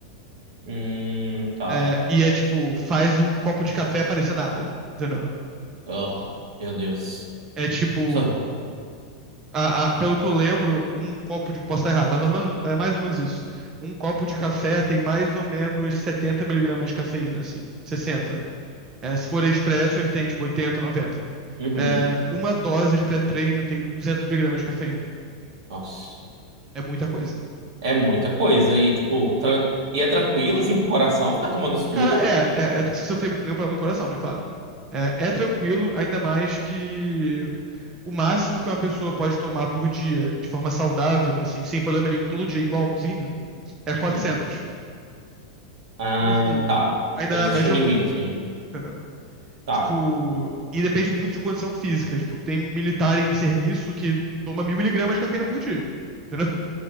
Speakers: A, on the right (about 65°); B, on the right (about 20°).
A: Hum, tá.
B: É, e é tipo, faz um copo de café parecer nada, entendeu?
A: Oh, meu Deus.
B: É tipo,
A: Só...
B: a- a- pelo que eu lembro, um copo de. Posso estar errado, mas mais ou menos, é mais ou menos isso. Um copo de café tem mais ou menos 70 miligramas de cafeína, assim, 60. É, se for expresso, ele tem tipo 80, 90.
A: Uhum.
B: É, uma dose de pré-treino tem 200 miligramas de cafeína.
A: Nossa.
B: É muita coisa.
A: É muita coisa. E, tipo, tran- e é tranquilo, assim, pro coração ficar tomando isso tudo?
B: Cara, é, é, é- se você não tem nenhum problema no coração, né? Claro. É, é tranquilo, ainda mais que o máximo que uma pessoa pode tomar por dia de forma saudável, assim, sem problema nenhum, todo dia igualzinho, é
A: Uhum.
B: quatrocentos
A: Ah,
B: Então, assim,
A: tá.
B: ainda
A: Então
B: é
A: existe
B: a média
A: um
B: é
A: limite.
B: boa, entendeu?
A: Tá.
B: Tipo, e depende muito de condição física. Tipo, tem militar em serviço que toma mil miligramas de cafeína por dia, entendeu? <laughs>